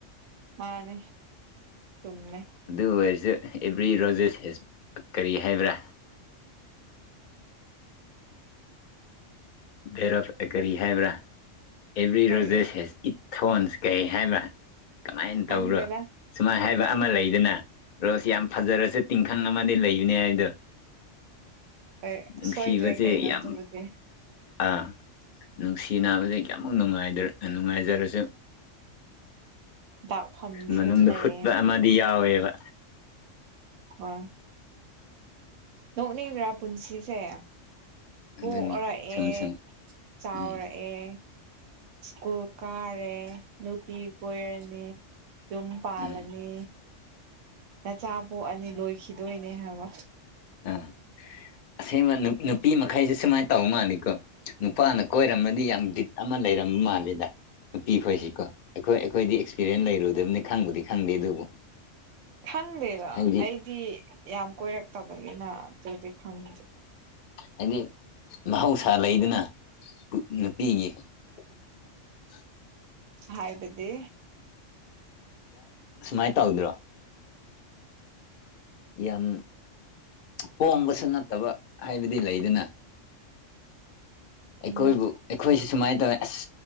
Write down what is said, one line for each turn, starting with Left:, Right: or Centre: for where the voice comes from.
Right: ꯃꯥꯅꯦ ꯁꯨꯃꯃꯦ꯫
Left: ꯑꯗꯨ ꯑꯣꯏꯔꯁꯨ ꯑꯦꯕ꯭ꯔꯤ ꯔꯣꯖꯦꯁ ꯍꯁ ꯀꯔꯤ ꯍꯥꯏꯕ꯭ꯔꯥ ꯕꯦꯔꯐ ꯑꯦ ꯀꯔꯤ ꯍꯥꯏꯕ꯭ꯔꯥ ꯑꯦꯕ꯭ꯔꯤ
Right: ꯀꯔꯤ
Left: ꯔꯣꯖꯦꯁ ꯍꯦꯁ ꯏꯊꯣꯟꯁ ꯀꯩ ꯍꯥꯏꯕ꯭ꯔꯥ ꯀꯃꯥꯏꯅ
Right: ꯈꯪꯗꯦꯗ
Left: ꯇꯧꯔꯣ ꯁꯨꯃꯥꯏ ꯍꯥꯏꯕ ꯑꯃ ꯂꯩꯗꯅ ꯔꯣꯁꯤ ꯌꯥꯝ ꯐꯖꯔꯁꯦ ꯇꯤꯡꯈꯪ ꯑꯃꯗꯤ ꯂꯩꯕꯅꯦ ꯍꯥꯏꯗꯣ
Right: ꯍꯣꯏ
Left: ꯅꯨꯡꯁꯤꯕꯁꯦ
Right: ꯁꯣꯏꯗ꯭ꯔꯦ ꯀꯩꯅꯣ
Left: ꯌꯥꯝ
Right: ꯑꯗꯨꯕꯨꯗꯤ꯫
Left: ꯑꯥ ꯅꯨꯡꯁꯤ ꯅꯥꯕꯁꯦ ꯀꯌꯥꯃꯨꯛ ꯅꯨꯡꯉꯥꯏꯖꯔꯁꯨ
Right: ꯗꯥꯛꯐꯝꯗꯤ
Left: ꯃꯅꯨꯡꯗ
Right: ꯑꯗꯨꯝ ꯂꯩꯌꯦ
Left: ꯍꯨꯠꯄ ꯑꯃꯗꯤ ꯌꯥꯎꯋꯦꯕ꯫
Right: ꯍꯣꯏ ꯅꯣꯛꯅꯤꯡꯗ꯭ꯔꯥ ꯄꯨꯟꯁꯤꯁꯦ ꯄꯣꯛꯔꯛꯑꯦ
Left: ꯑꯗꯨꯅꯤ ꯁꯨꯝ ꯁꯨꯝ
Right: ꯆꯥꯎꯔꯛ
Left: ꯎꯝ
Right: ꯑꯦ ꯁ꯭ꯀꯨꯜ ꯀꯥꯔꯦ ꯅꯨꯄꯤ ꯀꯣꯏꯔꯅꯤ꯫ ꯌꯨꯝ ꯄꯥꯜꯂꯅꯤ
Left: ꯎꯝ
Right: ꯅꯆꯥ ꯄꯣꯛꯑꯅꯤ ꯂꯣꯏꯈꯤꯗꯣꯏꯅꯦ ꯍꯥꯏꯕ
Left: ꯑꯥ ꯑꯁꯦꯡꯕ ꯅꯨꯄꯤ ꯃꯈꯩꯁꯦ ꯁꯨꯃꯥꯏꯅ ꯇꯧ ꯃꯥꯜꯂꯤꯀꯣ ꯅꯨꯄꯥꯅ ꯀꯣꯏꯔꯝꯃꯗꯤ ꯌꯥꯝ ꯗꯤꯠ ꯑꯃ ꯂꯩꯔꯝꯕ ꯃꯥꯜꯂꯦꯗ ꯅꯨꯄꯤ ꯈꯣꯏꯁꯤꯀꯣ ꯑꯩꯈꯣꯏ ꯑꯩꯈꯣꯏꯗꯤ ꯑꯦꯛꯁꯄꯤꯔꯤꯌꯦꯦꯟꯁ ꯂꯩꯔꯨꯗꯕꯅꯤ ꯈꯪꯕꯨꯗꯤ ꯈꯪꯗꯦ ꯑꯗꯨꯕꯨ
Right: ꯈꯪꯗꯦꯗ
Left: ꯍꯥꯏꯗꯤ
Right: ꯑꯩꯗꯤ ꯌꯥꯝ ꯀꯣꯏꯔꯛꯇꯕꯅꯤꯅ ꯑꯗꯨꯗꯤ ꯈꯪꯗꯦ꯫
Left: ꯍꯥꯏꯗꯤ ꯃꯍꯧꯁꯥ ꯂꯩꯗꯅ ꯅꯨꯄꯤꯒꯤ <unintelligible>
Right: ꯍꯥꯏꯕꯗꯤ
Left: ꯁꯨꯃꯥꯏꯅ ꯇꯧꯗ꯭ꯔꯣ ꯌꯥꯝ ꯄꯣꯝꯕꯁꯨ ꯅꯠꯇꯕ ꯍꯥꯏꯕꯗꯤ ꯂꯩꯗꯨꯅ ꯑꯩꯈꯣꯏꯕꯨ
Right: ꯎꯝ
Left: ꯑꯩꯈꯣꯏꯁꯤ ꯁꯨꯃꯥꯏꯅ ꯇꯧꯋꯦ ꯑꯁ